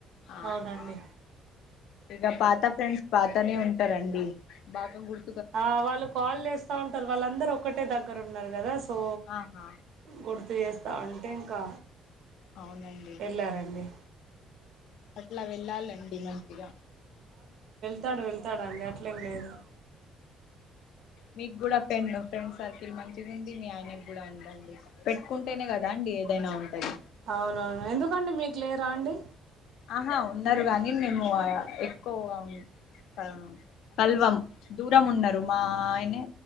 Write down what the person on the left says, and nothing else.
ఆహా
ఇక పాత ఫ్రెండ్స్ పాతనే ఉంటారండి బాగా గుర్
ఆహా
అవునండి
అట్లా వెళ్ళాలండి మంచిగా
మీకు కూడా పెన్ను ఫ్రెండ్ సర్కిల్ మంచిగా ఉంది మీ ఆయనకి కూడా ఉందండి పెట్టుకుంటేనే కదా అండి ఏదైనా ఉంటాది
ఆహా ఉన్నారు గాని మేము ఎక్కువగా ఉన్ కల్వం కల్వం దూరం ఉన్నారు మా ఆయనే